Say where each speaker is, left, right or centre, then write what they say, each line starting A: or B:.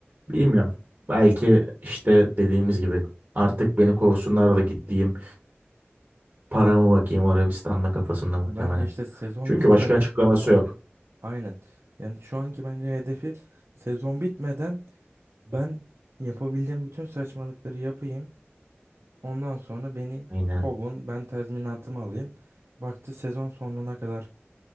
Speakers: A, on the right; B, on the right.
A: Bilmiyorum. Belki işte dediğimiz gibi artık beni kovsunlar da gideyim. Paramı bakayım Arabistan'da kafasında muhtemelen.
B: Bence işte sezon
A: Çünkü
B: bitmeden
A: başka açıklaması yok.
B: aynen. Yani şu anki bence hedefi sezon bitmeden ben yapabildiğim bütün saçmalıkları yapayım. Ondan sonra beni
A: Aynen.
B: kovun. Ben tazminatımı alayım. Baktı sezon sonuna kadar